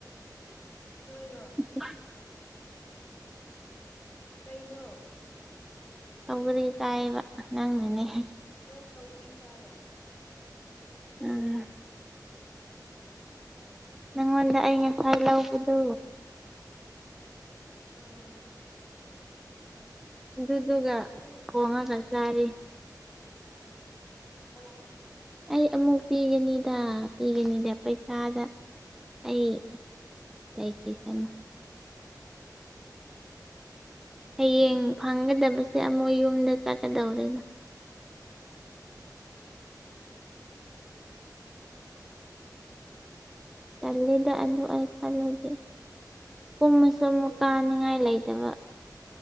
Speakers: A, on the left; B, in the centre.
A: ꯅꯣꯏꯔꯣ
B: <unintelligible>
A: ꯀꯩꯅꯣ
B: ꯁꯧꯒꯥꯔꯤ ꯆꯥꯏꯕ ꯅꯪꯅꯅꯤ
A: ꯅꯣꯏ ꯁꯥꯎꯒ꯭ꯔꯤ ꯆꯥꯌꯦ
B: ꯎꯝ ꯅꯪꯉꯣꯟꯗ
A: ꯑꯣ
B: ꯑꯩ ꯉꯁꯥꯏ ꯂꯧꯕꯗꯣ
A: ꯑꯥ
B: ꯑꯗꯨꯗꯨꯒꯥ
A: ꯑꯗꯨ
B: ꯊꯣꯡꯉꯒꯥ
A: ꯑꯗꯨ
B: ꯆꯥꯔꯤ
A: ꯑꯣ
B: ꯑꯩ ꯑꯃꯨꯛ ꯄꯤꯒꯥꯅꯤꯗ ꯄꯤꯒꯥꯅꯤꯗ ꯄꯩꯁꯥꯗ ꯑꯩ ꯂꯩꯈꯤꯁꯥꯅꯨ ꯍꯌꯦꯡ ꯐꯪꯒꯗꯕꯁꯦ ꯑꯃꯨꯛ ꯌꯨꯝꯗꯥ ꯆꯠꯀꯥꯗꯧꯔꯦꯗ ꯇꯜꯂꯤꯗꯥ ꯑꯗꯨ ꯑꯩ ꯈꯜꯂꯒꯦ ꯀꯨꯝꯃꯁꯨ ꯑꯃꯨꯛ
A: ꯀꯩꯒꯤ
B: ꯀꯥꯅꯤꯡꯉꯥꯏ ꯂꯩꯇꯕ